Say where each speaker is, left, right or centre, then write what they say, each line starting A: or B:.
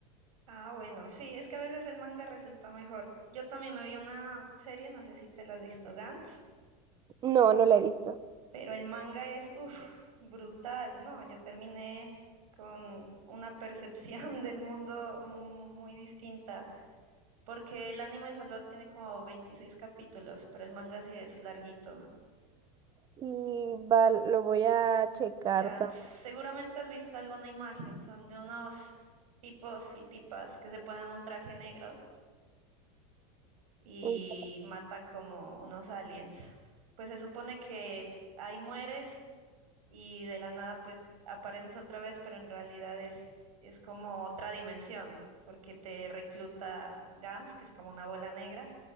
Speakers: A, on the right (about 85°); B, on the right (about 25°).
A: Ah, bueno, sí, es que a veces el manga resulta mejor. Yo también me vi una serie, no sé si te la has visto, Gantz.
B: No, no lo he visto.
A: Pero el manga es, uff, brutal, ¿no? Yo terminé con una percepción <laughs> del mundo mm, muy distinta, porque el anime solo tiene como 26 capítulos, pero el manga sí es larguito.
B: Sí, va, lo voy a checar
A: Gans, seguramente has visto alguna imagen, son de unos tipos y tipas que se ponen un traje negro y
B: también.
A: matan como unos aliens. Pues se supone que ahí mueres y de la nada pues apareces otra vez, pero en realidad es, es como otra dimensión, porque te recluta Gans, que es como una bola negra,